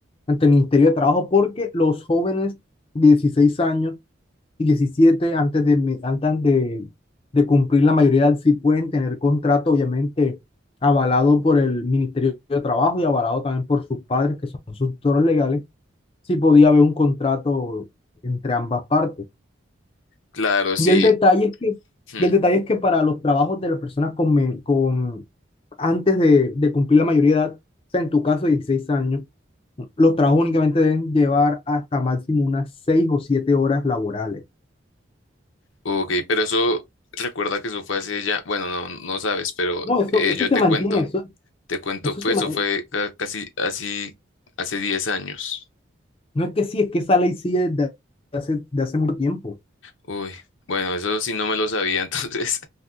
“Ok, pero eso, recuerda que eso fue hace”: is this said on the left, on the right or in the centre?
Left